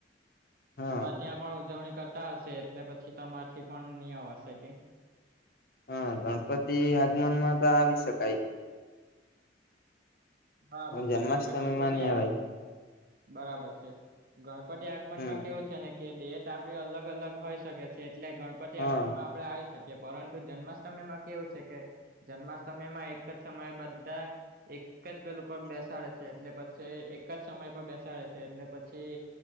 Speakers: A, on the left; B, on the right.
A: હા
B: તમામાં ત્યાં પણ ઉજવણી કરતા હશે એટલે પછી તમાથી પણ નહી આવવાશે કે
A: હા ગણપતિ આગમન માં તો આવી શકાય
B: હા
A: પણ
B: બસ
A: જન્માષ્ટમી
B: છે, કેમ કે ગણપતિ
A: માં ની
B: આ
A: અવાય
B: બરાબર છે, ગણપતિ આગમનમાં
A: હમ
B: કેવું છે. ને કે ડેટ આપડી અલગ અલગ હોઈ શકે છે, એટલે ગણપતિ
A: હા
B: આગમનમાં આપ આપડણે આવી શકીએ પરંતુ જન્માષ્ટમી માં કેવું છે, કે જન્માષ્ટમી માં એક જ સમય બધા એક જ પેલું પર બેસાડે છે એટલે પછી એક જ સમય પર બેસાડે છે, એટલે પછી